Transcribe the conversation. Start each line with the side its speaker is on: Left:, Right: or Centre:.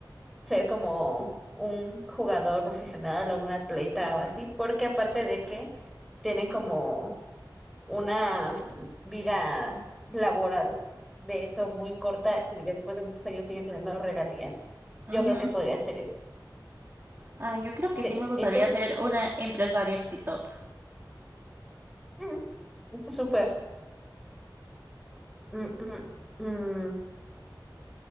Centre: ser como un jugador profesional o un atleta o así, porque aparte de que tienen como una vida laboral de eso muy corta y después de muchos años siguen teniendo regalías.
Right: ujú.
Centre: Yo creo que podría ser eso.
Right: Ay, yo creo que
Centre: Sí.
Right: sí me gustaría
Centre: ¿Y tú?
Right: ser una empresaria exitosa.
Centre: Mm, está súper. Mm, mm, mm.